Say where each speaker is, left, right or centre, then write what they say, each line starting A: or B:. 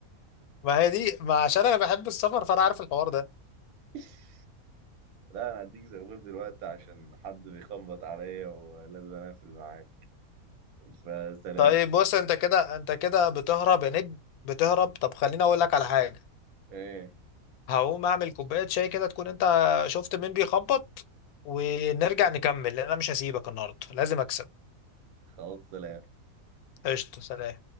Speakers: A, on the left; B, on the right.
A: ما هي دي ما عشان انا بحب السفر فانا عارف الحوار ده
B: <laughs> لا انا هديك زغلول دلوقتي عشان حد بيخبط عليا ولازم اقفل معاك فسلام
A: طيب بص انت كده انت كده بتهرب يا نجم بتهرب طب خليني اقول لك على حاجه
B: ايه
A: هقوم اعمل كوبايه شاي كده تكون انت شفت مين بيخبط ونرجع نكمل لان انا مش هسيبك النهارده لازم اكسب
B: خلاص سلام
A: قشطه سلام